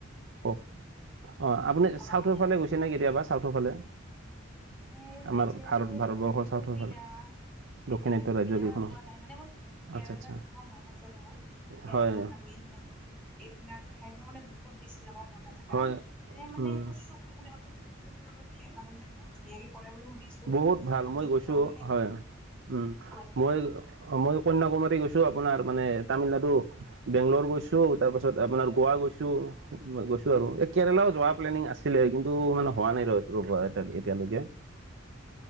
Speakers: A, on the right; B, in the centre.
A: কওক? অ, আপুনি
B: অ
A: চাউথৰ
B: মানে
A: ফালে গৈছে নে কেতিয়াবা চাউথৰ ফালে?
B: এ
A: আমাৰ
B: এতিয়ালে
A: ভাৰত ভাৰতবৰ্ষৰ
B: মানে
A: চাউথৰ
B: সুবিধা
A: ফালে দক্ষিণাত্য
B: এতিয়ালে সুবিধা
A: ৰাজ্য কেইখনৰ
B: হোৱা নাই মানে মোৰ কেৰালাত
A: আচ্ছা আচ্ছা
B: যাব মন আছে বহুত। কেৰেলা,
A: হয়
B: তামিলনাডু। এইবিলাক ঠাইত মোৰ মানে বহুত বেছি যাব মন আছে কাৰণ
A: হয়
B: তাৰে মানে
A: উম
B: কৈছ টো হয় মানে অতিথি শুশ্ৰূষা মানে মানুহবিলাকে বহুত ধুনিয়াকে কৰে বুলি শুনিছো
A: বহুত ভাল
B: আতিথ্য
A: মই গৈছো
B: মানে
A: হয়,
B: বহুত
A: উম,
B: কওকো
A: মই অ, মই কন্যাকুমাৰী গৈছো আপোনাৰ মানে তামিলনাডু বেংলৰ গৈছো তাৰপাছত আপোনাৰ গোৱা গৈছো। ম মই গৈছো আৰু এই কেৰেলাও যোৱাৰ প্লেনিং আছিলে কিন্তু মানে হোৱা নাই ৰ ৰবা এতিয়া এতিয়ালৈকে।